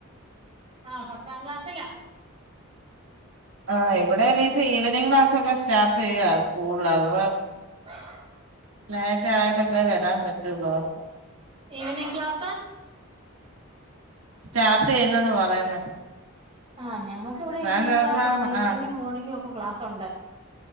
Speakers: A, on the right; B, on the right.
A: ആഹ്‌ പത്താം ക്ലാസിലാ.
B: ആ ഇവിടെ നീ ഇപ്പ ഈവനിങ് ക്ലാസക്കെ സ്റ്റാർട്ട് ചെയ്യ്യാസ്കൂൾ അതാ
A: <inaudible>
B: ലൈറ്റ ആയിട്ടൊക്കെ വരാൻ പറ്റുള്ളൂർക്ക്
A: ഈവനിങ്ങ് ക്ലാസ?
B: സ്റ്റാർട്ട് ചെയ്യുന്നന്ന് പറയുന്നു
A: ആ ഞങ്ങൾക്ക് ഇവിടെ
B: ഇത്രയും
A: ഈവനിംഗങ്
B: ദിവസം
A: ക്ലാസ് ഉണ്ട് ഈവനിങ്ങും
B: ആഹ്
A: മോർണിങ്ങും ഒക്കെ ക്ലാസ് ഉണ്ട്.